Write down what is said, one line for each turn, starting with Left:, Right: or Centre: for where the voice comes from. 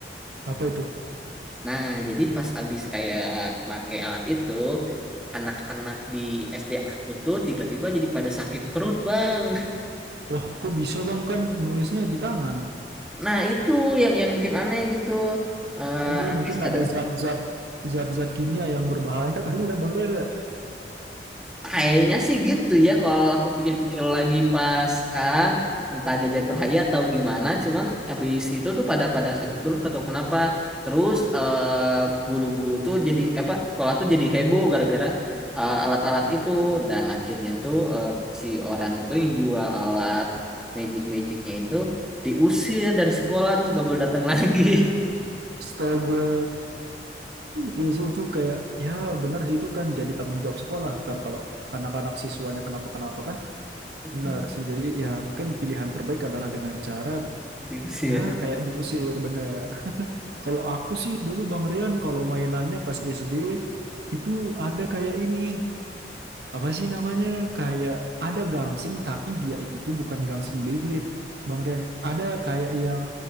Right: Apa itu?
Centre: Nah, jadi pas abis kayak make alat itu, anak-anak di SD aku tuh tiba-tiba jadi pada sakit perut, Bang.
Right: Wah, kok bisa bang kan nulisnya di tangan?
Centre: Nah, itu yang yang mungkin aneh gitu. Eh,
Right: Oh,
Centre: habis
Right: mungkin
Centre: pada
Right: ada zat-zat zat-zat kimia yang berbahaya <laughs> kali ya bang Rere.
Centre: Kayaknya sih gitu ya kalau aku pikir-pikir lagi pas sekarang entah jajat berhayat atau gimana cuman habis itu tuh pada pada sakit perut nggak tahu kenapa terus eh, guru-guru tuh jadi apa sekolah tuh jadi heboh gara-gara eh, alat-alat itu dan akhirnya tuh eh, si orang itu yang jual alat magic-magicnya itu diusir dari sekolah terus nggak boleh datang lagi
Right: Astaga, justru itu kayak ya benar sih itu kan jadi tanggung jawab sekolah ntar kalau anak-anak siswanya kenapa-kenapa kan
Centre: <laughs> Betul.
Right: benar sih. Jadi ya mungkin pilihan terbaik adalah dengan cara
Centre: diusir
Right: ya kayak dulu sih bener. Kalau aku sih dulu bang Rian kalau mainannya pas SD itu ada kayak ini. apa sih namanya kayak ada gangsing tapi dia itu bukan gangsing Beyblade Bang Rian ada kayak yang